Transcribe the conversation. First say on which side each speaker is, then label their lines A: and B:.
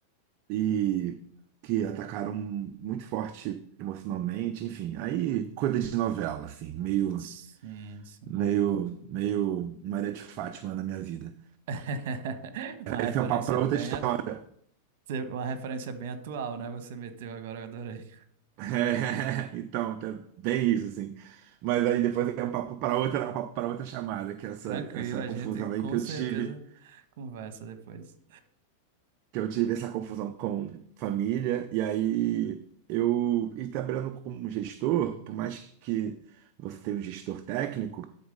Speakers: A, on the right; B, on the right.
A: e que atacaram muito forte emocionalmente. Enfim, aí coisa de novela, assim, meio,
B: Sim, sim.
A: meio, meio Maria de Fátima na minha vida.
B: <laughs> Uma
A: Esse
B: referência
A: é um papo para
B: bem,
A: outra história. <laughs>
B: Cê- Uma referência bem atual, né? Você meteu agora, eu adorei.
A: É, então, tá bem isso, assim. Mas aí depois é um papo para outra, um papo para outra chamada, que é essa,
B: Tranquilo,
A: essa
B: a
A: confusão
B: gente
A: aí
B: com
A: que eu
B: certeza
A: tive.
B: conversa depois.
A: que eu tive essa confusão com família, e aí eu, e trabalhando como gestor, por mais que você tenha um gestor técnico,